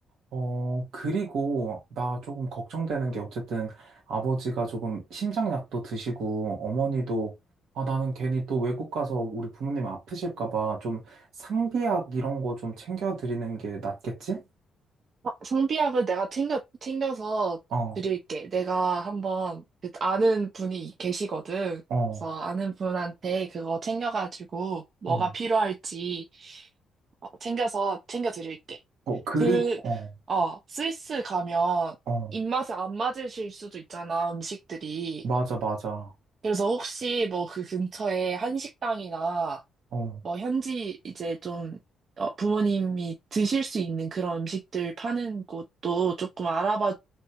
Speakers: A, on the right; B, on the right.
A: 어, 그리고 나 조금 걱정되는 게 어쨌든 아버지가 조금 심장약도 드시고, 어머니도 아, 나는 괜히 또 외국 가서 우리 부모님 아프실까 봐 좀 상비약 이런 거 좀 챙겨드리는 게 낫겠지?
B: 아, 성비약은 내가 챙겨, 챙겨서
A: 어,
B: 드릴게. 내가 한번 그 아는 분이 계시거든.
A: 어,
B: 그래서 아는 분한테 그거 챙겨가지고 뭐가
A: 어,
B: 필요할지 어, 챙겨서 챙겨 드릴게.
A: 어, 그리고,
B: 그,
A: 어,
B: 어, 스위스 가면
A: 어,
B: 입맛에 안 맞으실 수도 있잖아, 음식들이.
A: 맞아, 맞아.
B: 그래서 혹시 뭐 그 근처에 한식당이나
A: 어.
B: 뭐 현지 이제 좀 어, 부모님이 드실 수 있는 그런 음식들 파는 곳도 조금 알아봐